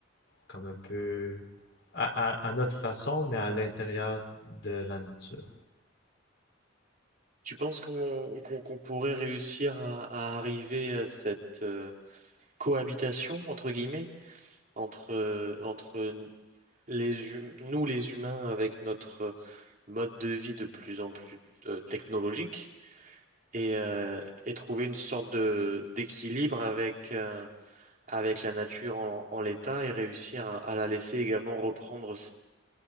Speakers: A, on the left; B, on the right.
A: comme un peu à, à- à notre façon, mais à l'intérieur de la nature.
B: Tu penses qu'on qu'on qu'on pourrait réussir à, à arriver à cette euh, cohabitation, entre guillemets, entre, euh, entre les hum- nous les humains avec notre euh, mode de vie de plus en plus euh, technologique et, euh, et trouver une sorte de d'équilibre avec, euh, avec la nature en, en l'état et réussir à, à la laisser également reprendre